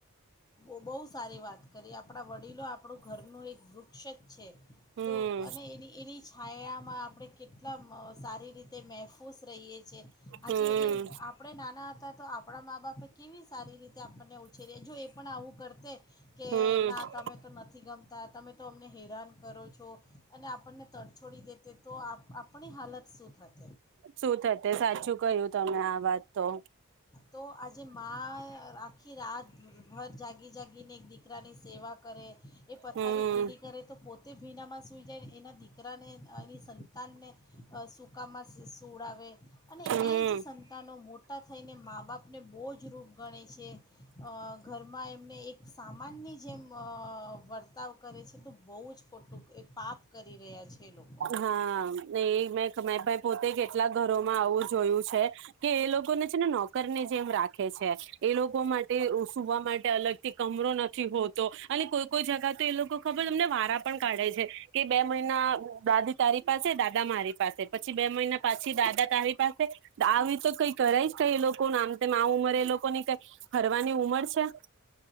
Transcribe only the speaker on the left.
બહ સારી વાત કરી આપણા વ વડીલો આપણું ઘરનું એક વૃક્ષ જ છે
તો અને એ એની છાયામાં આપણે કેટલા એટલા સારી રીતે મહેફૂસ રહીએ છીએ આજે
એ આપણે નાના હતા તો આપણા મા બાપે કેવી સારી રીતે આપણને ઉછેરી એ જો એ પણ આવું કરતે કે
ના તમે તો નથી ગમતા તમે તો અમને હેરાન કરો છો અને આપણને તડછોડી દે તે તો આપણી હાલત શું થાય?
તો આજે માં રાખી કે રાતભર જાગી જાગીને એક દીકરાની સેવા કરે. એ પથારી
ગીલી કરે તો પોતે તે ભીનામાં સૂઈ જાય એના દીકરાને એની સંતાનને સૂકામાં સડાવે અને
એ જ સંતાનો મોટ ને મા બાપને બહુ જ રૂપ ગણે છે ઘરમાં એમને એક સામાનની જેમ વર્તાવ કરે છે તો બહુ જ ખોટું એ પાપ કરી રહ્યા છે એ લોકો